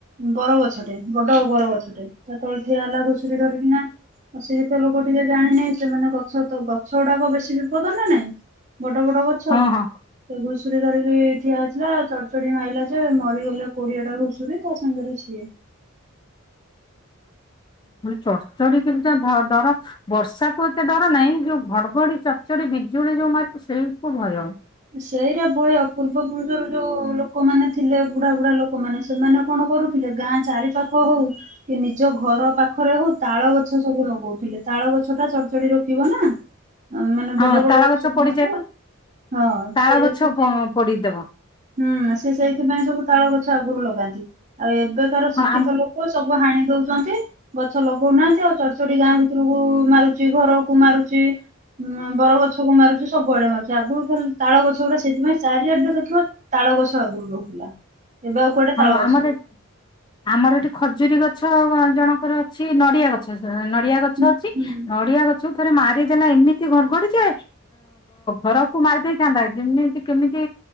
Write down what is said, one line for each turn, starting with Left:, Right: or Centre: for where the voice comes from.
Right: ବର ଗଛ ଟେ ବଡ ବର ଗଛ ଟେ ତା ତଳେ ଠିଆ ହେଲା ଘୁଷୁରୀ ଧରିକିନା ଅ ସେ ଯେତ ଲୋକ ଟିକେ ଜାଣିନେଇ ସେମାନେ ଗଛ ତ ଗଛ ଗୁଡାକ ବେଶି ବିପଦ ନା ନାଇଁ? ବଡ ବଡ ଗଛ
Left: ହଁ ହଁ।
Right: ସେଗୁ ଘୁଷୁରି ଧରିକି ଠିଆ ହେଇଥିଲା ଚଡ୍ ଚଡ଼ି ମାଇଲା ଯେ ମରିଗଲେ କୋଡ଼ିଏ ଟା ଘୁଶୁରି ତା ସାଙ୍ଗରେ ସିଏ।
Left: ଚଡ୍ ଚଡି କେମିତି ଆ ଡ ଡର ବର୍ଷା କୁ ଏତେ ଡର ନାହିଁ। ଯୋଉ ଘଡ୍ ଘଡ଼ି, ଚଡ୍ ଚଡ଼ି, ବିଜୁଳି ଯୋଉ ମାରିବ ସେଇଆ କୁ ଭୟ।
Right: ସେଇଟା ଭୟ ପୂର୍ବ ପୁରୁଷର ଯୋଉ ଲୋକ ମାନେ ଥିଲେ ବୁଢ଼ା ବୁଢ଼ା ଲୋକମାନେ ସେମାନେ କଣ କରୁଥିଲେ ଗାଁ ଚାରିପାଖ ହୋଉ କି ନିଜ ଘରପାଖ ପାଖରେ ହଉ ତାଳ ଗଛ ସବୁ ଲଗଉ ତାଳ ଗଛ ଟା ଚଡ୍ ଚଡି ରୋକିବ ନାଁ ଆମେ ମାନେ
Left: ହଁ
Right: ବଡ ବଡ
Left: ତାଳ
Right: ଗଛ କୁ
Left: ପଡିଯାଏ
Right: ମାରିବେ
Left: ପା
Right: ହଁ
Left: ତାଳ
Right: ସେଇଥିପାଇଁ
Left: ଗଛ ପୋଡିଦବ
Right: ହୁଁ ସେ ସେଇଥିପାଇଁ ସବୁ ତାଳ ଗଛ ଆଗରୁ ଲଗାନ୍ତି। ଆଉ ଏବେକାର ଶିକ୍ଷିତ
Left: ହଁ ଆମ
Right: ଲୋକ ସବୁ ହାଣି ଦଉ ଗଛ ଲଗଉନାହାନ୍ତି ଆଉ ଚଢ ଚଡି ଗାଁ ଭିତରକୁ ମାରୁଛି ଘରକୁ ମାରୁଛି ବର ଗଛ କୁ ମାରୁଛି ସବୁଆଡେ ମାରୁଛି ଆଗରୁ ତାଳ ଗଛ ଗୁରା ସେଥିପାଇଁ ଚାରି ଆଡେ ଦେଖିବ ତାଳ ଗଛ ଆଗରୁ ରହୁଥିଲା। ଏବେ ଆଉ କୁଆଡେ
Left: ହଁ
Right: ତାଳ ଗଛ
Left: ଆମର
Right: ବି
Left: ଆମର ଏଠି ଖଜୁରୀ ଗଛ ଗଛ ଜଣଙ୍କର ଅଛି ନଡିଆ ଗଛ ନଡିଆ ଗଛ
Right: ହୁଁ
Left: ଅଛି
Right: ହୁଁ
Left: ନଡିଆ ଗଛ ଛକୁ ଥରେ ମାରିଦେଲା ଏମିତି ଘଡ୍ ଘଡି ଜେ ଘରକୁ ମାରିଦେଇ ଥାଆନ୍ତା କେମିତି କେମିତି